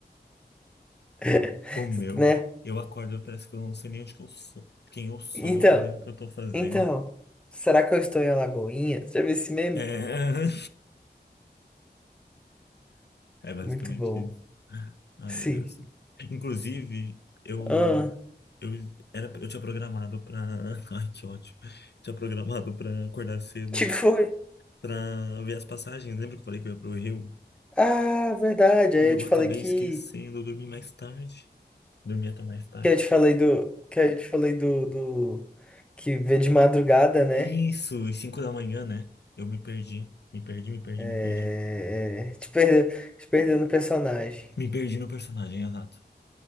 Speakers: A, in the centre; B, on the left (about 75°).
A: <laughs>
B: O meu,
A: né?
B: eu acordo, eu parece que eu não sei nem onde que eu sou, quem eu sou,
A: Então,
B: nem o que eu tô fazendo.
A: então, será que eu estou em Alagoinha? Já viu esse meme?
B: É, <laughs> é basicamente
A: Muito bom.
B: isso. Ai,
A: Sim.
B: meu Deus. Inclusive, eu
A: Ah,
B: eu era eu tinha programado pra. <laughs> Ai, que ótimo. Tinha programado pra acordar cedo
A: tipo.
B: hoje. pra ver as passagens. Lembra que eu falei que eu ia pro Rio?
A: Ah, verdade. Aí
B: E eu
A: eu te
B: acabei
A: falei que.
B: esquecendo, eu dormi mais tarde. Dormi até mais tarde.
A: Que eu te falei do. Que eu te falei do, do. Que vê de madrugada, né?
B: Isso, às 5 da manhã, né? Eu me perdi, me perdi, me perdi,
A: É.
B: me perdi.
A: é, Te perdeu, te perdeu no personagem.
B: Me perdi no personagem, exato.